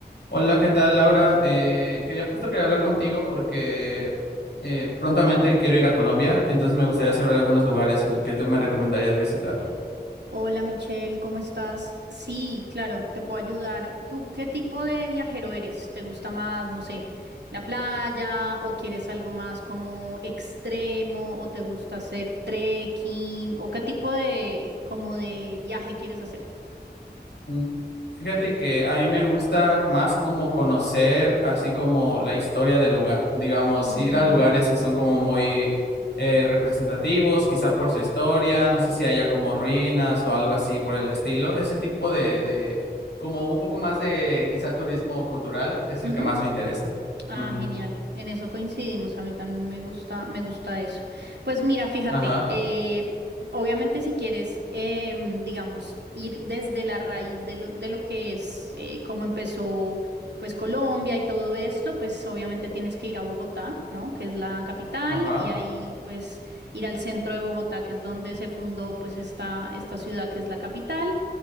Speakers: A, on the left; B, on the right.
A: Hola, ¿qué tal, Laura? Eh, quería justo quería hablar contigo porque eh, prontamente quiero ir a Colombia, entonces me gustaría saber algunos lugares en los que tú me recomendarías visitar.
B: Hola Michelle, ¿cómo estás? Sí, claro, te puedo ayudar. ¿Tú qué tipo de viajero eres? ¿Te gusta más, no sé, la playa o quieres algo más como extremo o te gusta hacer trekking o qué tipo de como de viaje quieres hacer?
A: Mm, Fíjate que a mí me gusta más como conocer así como la historia del lugar, digamos,
B: Ujú.
A: ir a lugares que son como muy eh, representativos, quizá por su historia, no sé si haya como ruinas o algo así por el estilo, ese tipo de, de como un poco más de quizá turismo cultural es
B: ujú.
A: el que más me interesa.
B: Ah,
A: Ujú.
B: genial. En eso coincidimos. A mí también me gusta, me gusta eso. Pues mira, fíjate,
A: Ajá,
B: eh, obviamente si quieres, em, digamos, ir desde la raíz de lo, de lo que es, eh, cómo empezó, pues Colombia y todo esto, pues obviamente tienes que ir a Bogotá, ¿no? Que es la capital
A: ajá,
B: y ahí, pues, ir al centro de Bogotá, que es donde se fundó, pues, esta, esta ciudad que es la capital.